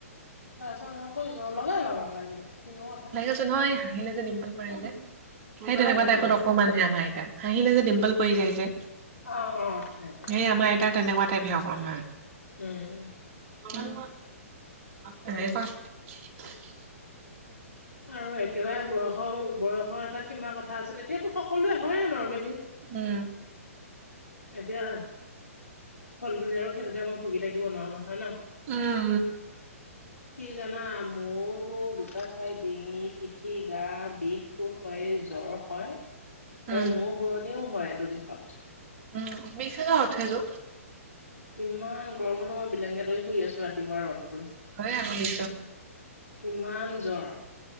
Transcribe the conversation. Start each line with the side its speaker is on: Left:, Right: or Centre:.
Left: তাৰপিছত মই কৈছো লগাই লম লাগিলে কিনো কথা
Right: লাগি আছে নহয় এই হাঁহিলে যে ডিম্পল পৰে যে সেই তেনেকোৱা
Left: উম
Right: টাইপত অকমানহে আমাৰ হাঁহিলে যে ডিম্পল পৰি যায় যে
Left: অ অ তেনেকুৱা
Right: সে আমাৰ এটাৰ তেনেকোৱা টাইপহে কৰো হা
Left: উম
Right: স ক <unintelligible>
Left: আৰু একেবাৰে বয়স বয়সৰ এটা সীমা কথা আছে তেতিয়াটো সকলোৱে হয়ে নৰ্মেলি
Right: উম
Left: এতিয়া হল বুলি আৰু সেইেটোতে মই ভুগি থাকিব নোৱাৰো নহয় ন
Right: উম
Left: কি জানা মোৰতো দুটা গোটেই ই ডিঙি পিঠি গা বিষটো হয়ে জ্বৰ হয় আৰু
Right: উম
Left: মোৰ ঘুৰণিও হয় এইটো বিষত
Right: উম মি খাগে উঠিলো
Left: ইমান গৰমতো মই বেলেংকেট লৈ শুই আছো ৰাতিপুৱা ৰদ
Right: হয় আকৌ নি
Left: ইমান জ্বৰ